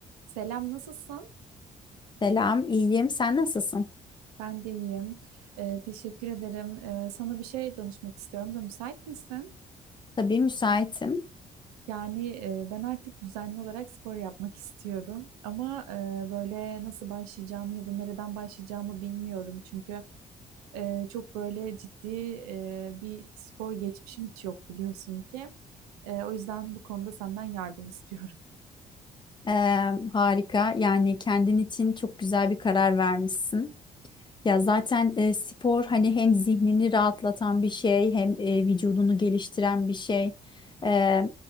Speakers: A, on the right (about 75°); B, on the left (about 25°).
A: Selam, nasılsın?
B: Selam, iyiyim. Sen nasılsın?
A: Ben de iyiyim. Ee, teşekkür ederim. Ee, sana bir şey danışmak istiyorum da müsait misin?
B: Tabii müsaitim.
A: Yani e, ben artık düzenli olarak spor yapmak istiyorum. Ama e, böyle nasıl başlayacağımı ya da nereden başlayacağımı bilmiyorum. Çünkü e, çok böyle ciddi e, bir spor geçmişim hiç yok biliyorsun ki. E, o yüzden bu konuda senden yardım istiyorum.
B: Ee, harika. Yani kendin için çok güzel bir karar vermişsin. Ya zaten e, spor hani hem zihnini rahatlatan bir şey, hem e, vücudunu geliştiren bir şey. Ee,